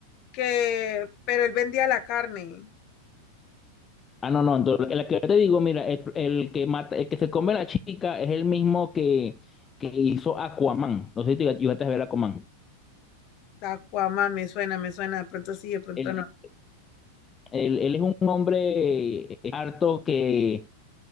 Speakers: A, on the left; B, on the left.
A: que, pero él vendía la carne.
B: Ah, no, no, entonces la que yo te digo, mira, el, el que mata, el que se come a la chica es el mismo que, que hizo Aquaman. No sé si te llegaste a ver Aquaman.
A: Aquaman, me suena, me suena, de pronto sí, de pronto
B: Él,
A: no.
B: él, él es un hombre eh, harto que